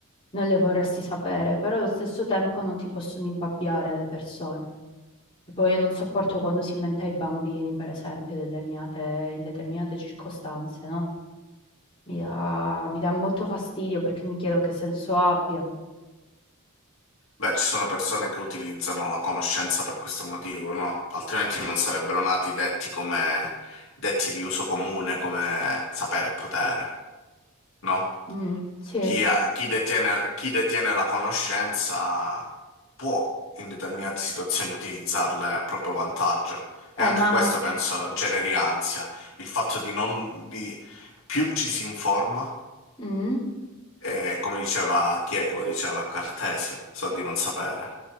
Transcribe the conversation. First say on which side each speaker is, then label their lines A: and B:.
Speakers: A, on the left; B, on the left.
A: non le vorresti sapere, però allo stesso tempo non ti possono imbabbiare le persone. Tipo, io non sopporto quando si mente ai bambini, per esempio, determinate- in determinate circostanze, no? Mi dà, mi dà molto fastidio perché mi chiedo che senso abbia.
B: beh, ci sono persone che utilizzano la conoscenza per questo motivo, no? Altrimenti non sarebbero nati detti come detti di uso comune, come sapere e potere, no?
A: Mm, sì, eh,
B: Chi, ha- chi detiene, chi detiene la conoscenza può in determinate situazioni utilizzarle a proprio vantaggio. E anche
A: ma...
B: questo penso generi ansia, il fatto di non, di, più ci si informa,
A: mm?
B: E come diceva, chi è che lo diceva? Cartesio, so di non sapere.